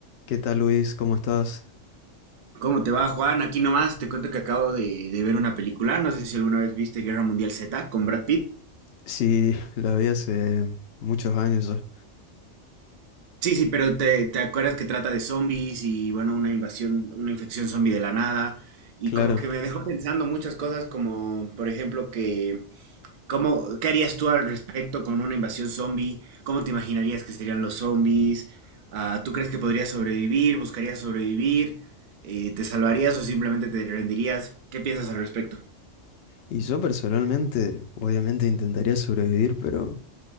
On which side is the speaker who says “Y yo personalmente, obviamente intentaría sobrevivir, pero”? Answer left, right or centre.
Left